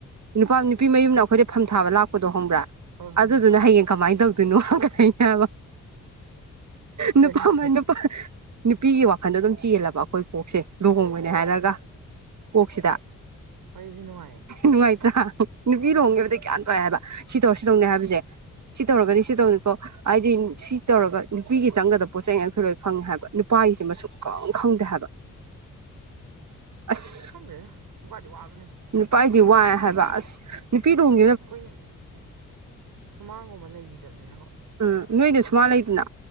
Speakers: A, on the right (about 55°); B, on the right (about 80°).
A: ꯅꯨꯄꯥ ꯅꯨꯄꯤ ꯃꯌꯨꯝꯅ ꯑꯩꯈꯣꯏꯗ ꯐꯝ ꯊꯥꯕ ꯂꯥꯛꯄꯗꯣ ꯍꯣꯡꯕ꯭ꯔꯥ
B: ꯍꯣꯏ ꯍꯣꯏ
A: ꯑꯗꯨꯗꯨꯅ
B: ꯍꯣꯏ ꯍꯣꯏ
A: ꯍꯌꯦꯡ ꯀꯃꯥꯏꯅ ꯇꯧꯗꯣꯏꯅꯣꯕ
B: ꯀꯔꯤꯒꯤ
A: ꯅꯨꯄꯥ ꯃ ꯅꯨꯄꯤꯒꯤ ꯋꯥꯈꯟꯗ ꯑꯗꯨꯝ ꯆꯦꯜꯂꯕ ꯑꯩꯈꯣꯏ ꯀꯣꯛꯁꯦ ꯂꯨꯍꯣꯡꯕꯅꯦ
B: ꯑꯣ
A: ꯍꯥꯏꯔꯒ ꯀꯣꯛꯁꯤꯗ
B: ꯋꯥꯔꯤꯁꯤ ꯅꯨꯡꯉꯥꯏꯌꯦ
A: ꯅꯨꯡꯉꯥꯏꯇ꯭ꯔꯥ ꯅꯨꯄꯤ ꯂꯣꯡꯒꯤꯦꯕꯗꯤ ꯒꯌꯥ ꯇꯧꯋꯦ ꯍꯥꯏꯕ ꯁꯤ ꯇꯧꯔꯁꯨ ꯇꯧꯅꯦ ꯍꯥꯏꯕꯁꯦ ꯁꯤ ꯇꯧꯔꯒꯅꯤ ꯁꯤ ꯇꯧꯅꯤꯀꯣ ꯍꯥꯏꯗꯤ ꯁꯤ ꯇꯧꯔꯒ ꯅꯨꯄꯤꯒꯤ ꯆꯪꯒꯗꯕ ꯄꯣꯠ ꯆꯩꯩꯉ ꯑꯩꯈꯣꯏ ꯂꯣꯏ ꯈꯪꯉꯦ ꯍꯥꯏꯕ ꯅꯨꯄꯥꯒꯤꯁꯤ ꯃꯁꯨꯛ ꯀꯪ ꯈꯪꯗꯦ ꯍꯥꯏꯕ
B: <unintelligible>
A: ꯑꯁ
B: ꯈꯪꯗ ꯔꯤ ꯑꯕꯅꯤ
A: ꯅꯨꯄꯥꯥꯏꯗꯤ ꯋꯥꯏ ꯍꯥꯏꯕ ꯑꯁ ꯄꯤꯗꯣꯡ
B: ꯑꯩꯈꯣꯏꯅ ꯁꯨꯃꯥꯡꯒꯨꯝꯕ ꯂꯩꯈꯤꯗꯕꯅꯤꯅꯀꯣ
A: ꯎꯝ ꯅꯣꯏꯅ ꯁꯨꯃꯥꯏꯥꯡ ꯂꯩꯗꯅ